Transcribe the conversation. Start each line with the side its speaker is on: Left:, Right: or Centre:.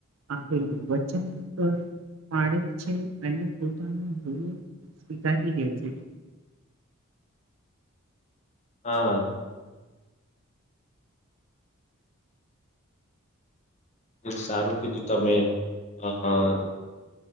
Right: આપેલું વચન તો પાડે છે અને પોતાની ભૂલો સ્વીકારી લે છે. <inaudible>
Left: હા. સારું કીધું તમે આમ